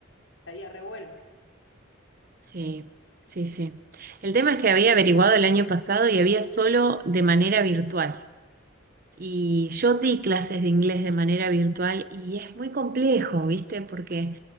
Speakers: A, on the left; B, on the right.
A: estaría re bueno.
B: Sí, sí, sí. El tema es que había averiguado el año pasado y había solo de manera virtual. Y yo di clases de inglés de manera virtual y es muy complejo, ¿viste? Porque